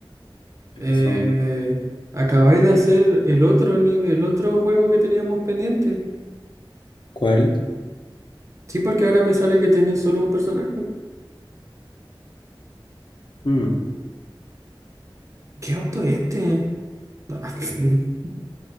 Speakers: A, on the left; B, on the right.
A: ¿Qué
B: Eh,
A: pasó?
B: acabáis de hacer el otro nivel, el otro juego que teníamos pendiente.
A: ¿Cuál?
B: Sí, porque ahora me sale que tenéis solo un personaje.
A: Mm,
B: ¿Qué auto es este? Ah, <laughs>